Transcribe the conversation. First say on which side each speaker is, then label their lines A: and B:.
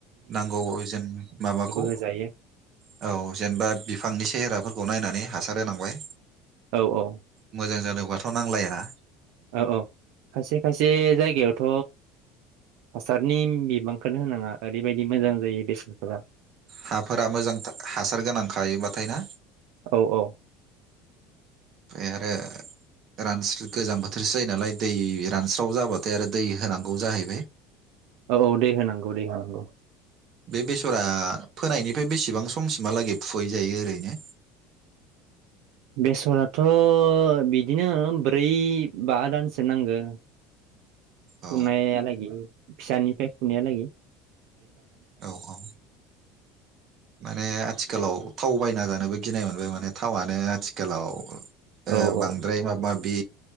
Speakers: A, on the right; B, on the right.
A: नांगौ जेन माबाखौ
B: होजायो
A: हासारहोनांबाय।
B: औ औ
A: मोजां जादोंबाथ नांलाया।
B: औ औ खायसे खायसे जागायाथ हासारनि बिबांखोनो होनांआ ओरैबादि मोजां जायो बेसरा।
A: हाफोरा मोजां हासार गोनांखायोबाथाय ना।
B: औ औ
A: ओमफ्राय आरो रानस्रो गोजां बोथोरसै जायोनालाय‌ दै रानस्राव जाबाथाय आरो दै होनांगौ जाहैबाय।
B: औ औ दै होनांगौ दै होनांगौ।
A: बे बेसरा फोनायनिफाय बिसिबां समसिमहालागै फुहैजायो ओरैनो।
B: बेसराथ बिदिनो ब्रै बा दानसो नांगोन
A: औ
B: फुनाया लागि फिसानिफाय फुनाया लागि
A: औ औ माने आथिखालाव थाव बायना जानोबो गिनाय मोनबाय माने थावानो आथिखालाव ओ
B: औ औ
A: बांद्राय माबा माब बे